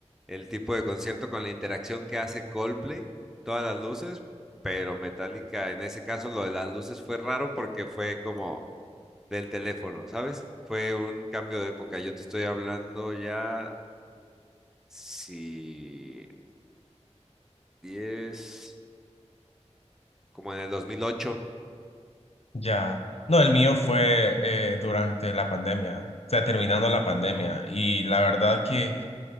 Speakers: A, in the centre; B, on the left (about 60°).
A: el tipo de concierto con la interacción que hace Coldplay, todas las luces, pero Metallica, en ese caso lo de las luces fue raro porque fue como del teléfono, ¿sabes? Fue un cambio de época. Yo te estoy hablando ya, si 10 como en el 2008.
B: Ya. No, el mío fue eh, durante la pandemia, o sea, terminando la pandemia. Y la verdad que